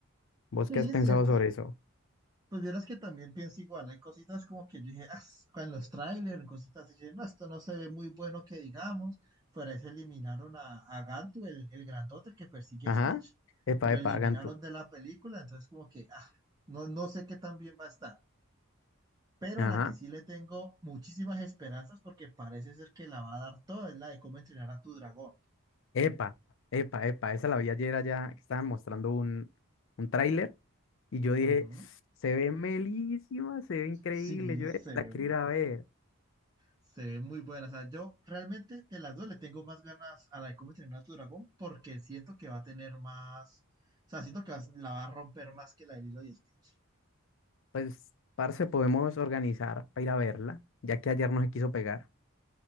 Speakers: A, on the left; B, on the right.
A: ¿Vos
B: Sí,
A: qué has
B: es
A: pensado
B: cierto,
A: sobre eso?
B: Pues vieras que también pienso igual, hay cositas como que yo dije, "Ah, en los trailers, en cositas así, dije, no, esto no se ve muy bueno que digamos, fuera de eso eliminaron a, a Gantu, el, el grandote, el que persigue
A: Ajá,
B: a Stitch,
A: epa,
B: lo
A: epa,
B: eliminaron
A: hagan tú.
B: de la película, entonces como que, ah, no, no sé qué tan bien va a estar, pero
A: Ajá.
B: a la que sí le tengo muchísimas esperanzas porque parece ser que la va a dar toda, es la de cómo entrenar a tu dragón.
A: Epa, epa, epa, esa la vi ayer allá que estaban mostrando un, un tráiler y yo dije,
B: Ujú.
A: se ve melísima, se ve increíble,
B: Sí,
A: yo
B: se
A: eh, la
B: ve
A: quiero ir a ver.
B: Se ve muy buena. O sea, yo realmente de las dos le tengo más ganas a la de cómo entrenar a tu dragón porque siento que va a tener más. O sea, siento que va- la va a romper más que la de Lilo y Stitch.
A: Pues, parce, podemos organizar para ir a verla, ya que ayer no se quiso pegar.